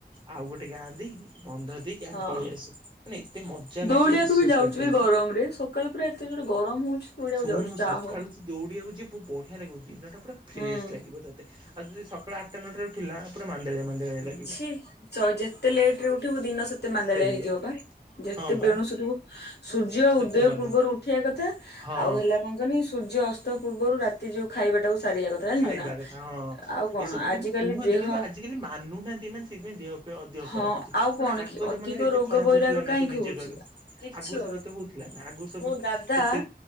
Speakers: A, on the right (about 30°); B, on the left (about 75°).
A: ଆଉ ଗୋଟେ ଗାଁ ଦେଇକି ବନ୍ଧ ଦେ କ
B: ହଁ
A: ପଳେଇ ଆସୁ ମାନେ ଏତେ ମଜା ଲାଗେ
B: ଦୌଡିବାକୁ
A: ବିଶ୍ୱାସ
B: ବି ଯାଉଛୁ
A: କରିପାରିବୁ
B: ଏଇ ଗରମ ରେ ସକାଳୁ ପୁରା ଏତେ ଜୋରେ ଗରମ ହଉଛି ଦୌଡିବାକୁ
A: ଶୁଣୁ
B: ଯାଉଛୁ। ଯା
A: ସକାଳୁ
B: ହଉ
A: ତୁ ଦୌଡିବାକୁ ଯିବୁ ବଢିଆ ଲାଗିବ। ଦିନ ଟା ପୁରା ଫ୍ରେଶ
B: ହୁଁ
A: ଲାଗିବ ତ ତେ ଆଉ ଯଦି ସକାଳ ଆଠଟା ନଅଟା ରେ ଉଠିଲା ପୁରା ମାନ୍ଦାଳିଆ ମାନ୍ଦାଳିଆ ଲାଗି
B: ଛି। ଯେତେ ଲେଟ ରେ ଉଠିବୁ ଦିନ ସେତେ ସେତେ ମାନ୍ଦାଳିଆ
A: ସେଇଆ
B: ହେଇଯିବ ପା। ଯେତେ
A: ହଁ ପା
B: ବେଣୁସୁ ଉଠିବୁ ସୂର୍ଯ୍ୟ
A: ସେତେ
B: ଉଦୟ
A: ଭଲ
B: ପୂର୍ବରୁ ଉଠିବା କଥା।
A: ହଁ
B: ଆଉ ହେଲା କଣ କହନି ସୂର୍ଯ୍ୟ ଅସ୍ତ ପୂର୍ବରୁ ରାତି ଏ ଯୋଉ ଖାଇବାଟାକୁ ସାରିବା କଥା ଜାଣିଛୁ
A: ଖାଇବା
B: ନା।
A: କଥା ହଁ
B: ଆଉ କଣ
A: ଏସବୁ
B: ଆଜିକାଲି
A: କିନ୍ତୁ କୁହନ୍ତି
B: ଦେହ
A: କିନ୍ତୁ ଆଜିକାଲି ମାନୁନାହାନ୍ତି ଏମାନେ ସେଇଥିପାଇଁ ଦେହ ଫେହ ଅଧିକ
B: ହଁ
A: ଖରାପ ହଉଛି।
B: ଆଉ
A: ମାନେ
B: କଣ
A: ଆଗ
B: କି ଅଧିକ
A: ଜମାନାରେ ଏତେ
B: ରୋଗ
A: ଖରାପ
B: ବୈରାଗ
A: ହଉଥିଲା ନା
B: କାହିଁକି
A: ତୁ ନିଜେ
B: ହଉଛି?
A: କହନି
B: କିଛି
A: ଆଗରୁ
B: ହୋଉ
A: ସବୁ ଏତେ ହଉଥିଲା ନା ଆଗରୁ ସବୁ
B: ମୁଁ ଦାଦା
A: କେତେ